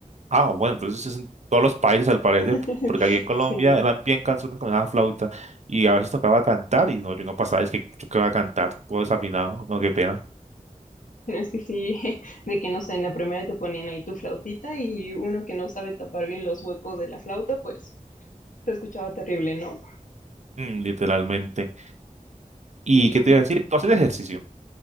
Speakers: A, on the right; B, on the left.
A: Ah, bueno, entonces es en todos los países al parecer,
B: <laughs>
A: porque aquí en Colombia
B: Sí.
A: eran bien canciones con esa flauta y a veces tocaba cantar y no, yo no pasaba, es que yo que iba a cantar todo desafinado, no, qué pena,
B: Pero es que sí, <laughs> de que no sé, en la primera te ponían ahí tu flautita y uno que no sabe tapar bien los huecos de la flauta, pues se escuchaba terrible, ¿no?
A: Mm, literalmente. ¿Y
B: Sí.
A: qué te iba a decir? ¿Tú haces ejercicio?